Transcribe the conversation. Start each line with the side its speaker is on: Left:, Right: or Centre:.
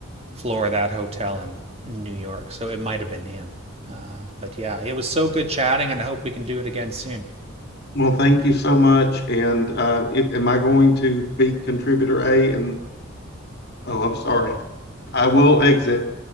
Right: floor of that hotel in New York. So it might have been him. Uh, but yeah, it was so good chatting, and I hope we can do it again soon.
Left: well, thank you so much. And uh, if, am I going to be contributor A? And oh, I'm sorry. I will exit.